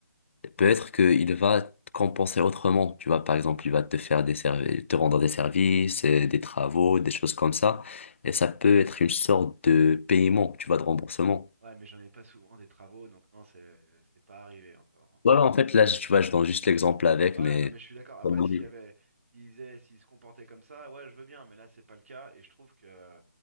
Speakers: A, on the left; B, on the right.
A: peut-être qu'il va te compenser autrement. Tu vois, par exemple, il va te faire des services, te rendre des services, euh, des travaux, des choses comme ça. Et ça peut être une sorte de paiement, tu vois, de remboursement.
B: Ouais, mais j'en ai pas souvent des travaux, donc non, c'est c'est pas arrivé encore. hein.
A: Ouais, ouais, en fait, là, tu vois, je donne juste l'exemple avec,
B: Ouais,
A: mais...
B: non, mais je suis d'accord. Après,
A: Oui.
B: s'il y avait... S'ils faisaient- s'ils se comportaient comme ça, ouais, je veux bien, mais là, c'est pas le cas, et je trouve que...